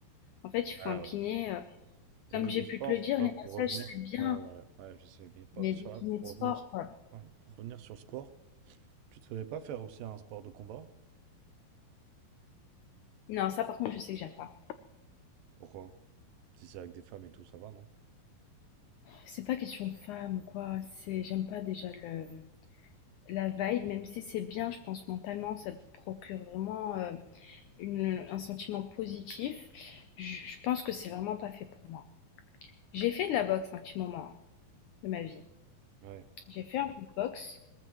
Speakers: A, on the left; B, on the right.
A: En fait, il faut
B: Ouais,
A: un kiné,
B: ouais. Et
A: Comme
B: niveau
A: j'ai
B: sport,
A: pu te le dire,
B: tu vois,
A: les
B: pour
A: massages,
B: revenir,
A: c'est bien,
B: ouais, ouais, ouais, je sais, mais pas
A: mais
B: sur
A: des
B: la-
A: kinés de
B: pour
A: sport,
B: revenir, s-
A: quoi.
B: ouais, pour revenir sur le sport, tu te ferais pas faire aussi un sport de combat?
A: Non, ça, par contre, je sais que j'aime pas.
B: Pourquoi? Si c'est avec des femmes et tout, ça va, non?
A: C'est pas question de femme ou quoi. C'est, j'aime pas déjà le, la vibe, même si c'est bien, je pense, mentalement, ça te procure vraiment euh, une- un sentiment positif. Je, je pense que c'est vraiment pas fait pour moi. J'ai fait de la boxe un petit moment hein, de ma vie.
B: Ouais.
A: J'ai fait un peu de boxe